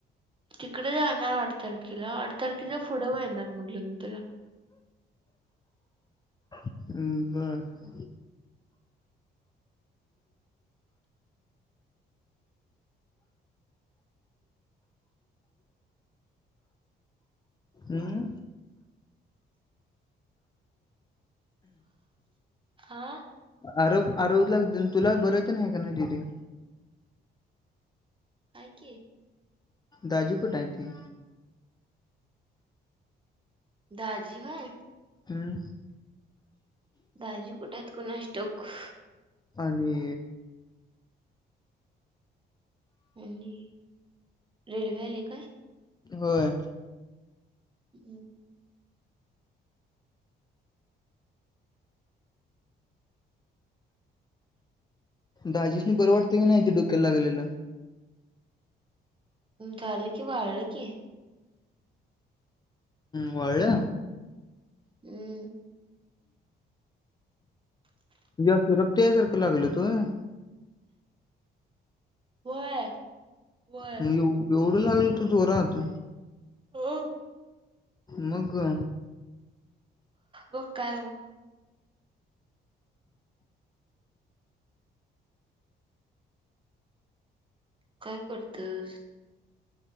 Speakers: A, on the right (about 25°); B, on the left (about 20°).
A: तिकडे जाणार आठ तारखेला, आठ तारखेच्या पुढे मग येणार म्हटल मी तुला.
B: हम्म, बर हम्म?
A: आ?
B: आरव आरव ला तेन तुला बर तेन हाय का नाही दिदे?
A: हाय की.
B: दाजी कुठं हायती?
A: दाजी व्हय
B: हम्म?
A: दाजी कुठं हाइत कुणास ठाऊक.
B: आणि
A: आणि रेल्वे आली काय?
B: होय
A: हम्म.
B: दाजीसनी बर वाटते की नाही ते डोक्याला लागलेलं?
A: झालं कि, वाळल की.
B: वाळल?
A: हम्म.
B: जास्त रक्त यासारखं लागल हुतं व्हय?
A: व्हय व्हय
B: मग एव- एवढं लागल हुतं जोरात?
A: ह.
B: मग ग.
A: मग काय बाबा काय करतोस?